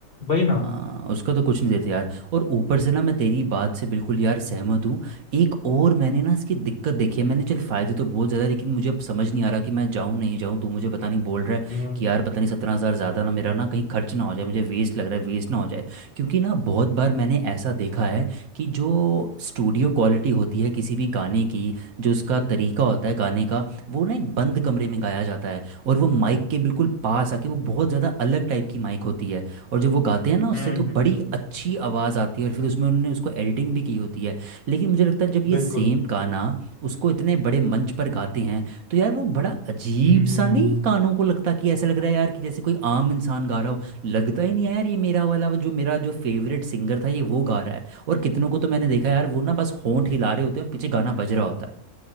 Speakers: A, on the left (about 40°); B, on the right (about 80°).
A: वही ना
B: हाँ उसका तो कुछ नहीं देते यार और ऊपर से ना मैं तेरी बात से बिल्कुल यार सहमत हूँ एक और मैंने ना इसकी दिक्कत देखी है मैंने चल फ़ायदे तो बहुत ज़्यादा है, लेकिन मुझे अब समझ नहीं आ रहा कि मैं जाऊँ नहीं जाऊँ तू मुझे पता नहीं बोल रहा है
A: हम्म हम्म
B: कि यार पता नहीं सत्रह हज़ार ज़्यादा ना मेरा ना कहीं खर्च ना हो जाए मुझे वेस्ट लग रहा है वेस्ट ना हो जाए क्योंकि ना बहुत बार मैंने ऐसा देखा है कि जो स्टूडियो क्वालिटी होती है किसी भी गाने की जो उसका तरीका होता है गाने का वो ना एक बंद कमरे में गाया जाता है और वो माइक के बिल्कुल पास आके वो बहुत ज़्यादा अलग टाइप की माइक होती है और जब वो गाते हैं ना उससे
A: हम्म,
B: तो
A: हम्म,
B: बड़ी अच्छी आवाज़ आती है और फिर उसमें उन्होंने उसको एडिटिंग भी की होती है लेकिन मुझे लगता है जब ये
A: बिल्कुल
B: सेम गाना उसको इतने बड़े मंच पर गाते हैं तो यार वो बड़ा अजीब
A: हम्म
B: सा नहीं कानों को लगता कि ऐसा लग रहा है यार कि जैसे कोई आम इंसान गा रहा हो लगता ही नहीं है यार ये मेरा वाला वो जो मेरा जो फेवरेट सिंगर था ये वो गा रहा है और कितनों को तो मैंने देखा यार वो ना बस होंठ हिला रहे होते हैं और पीछे गाना बज रहा होता है